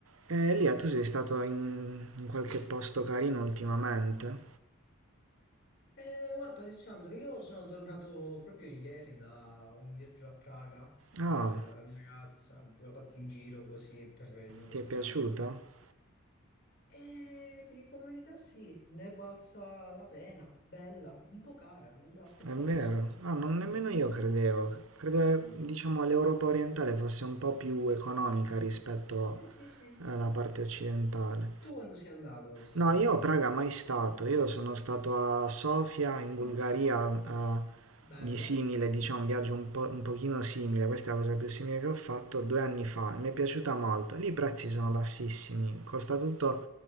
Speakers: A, on the right; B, on the left.
A: E Elia, tu sei stato in, in qualche posto carino ultimamente?
B: Eh, guarda Alessandro, io sono tornato proprio ieri da un viaggio a Praga con
A: Ah,
B: eh, la mia ragazza, poi ho fatto un giro così per il mio compleanno.
A: ti è piaciuto?
B: E ti dico la verità, sì, ne è valsa la pena, bella, un po' cara, non me l'aspettavo
A: È vero.
B: fosse così cara,
A: Ah, non
B: sai.
A: nemmeno io credevo. Credevo, diciamo, l'Europa orientale fosse un po' più economica rispetto
B: Ah, sì, sì.
A: alla parte occidentale.
B: Tu quando sei andato, Alessandro?
A: No, io a Praga mai stato. Io sono stato a Sofia, in Bulgaria,
B: Ah,
A: a-
B: bella.
A: di simile, diciamo, un viaggio un po', un pochino simile. Questa è la cosa più simile che ho fatto due anni fa e mi è piaciuta molto. Lì i prezzi sono bassissimi, costa tutto